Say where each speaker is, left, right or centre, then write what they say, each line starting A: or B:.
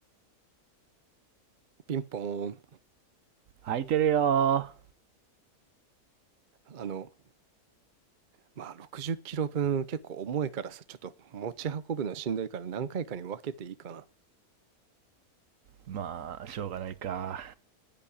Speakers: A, on the right; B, on the right.
A: ピンポーン。
B: 空いてるよー
A: あの、まあ、60キロ分結構重いからさ、ちょっと持ち運ぶのしんどいから何回かに分けていいかな。
B: まあ、しょうがないか。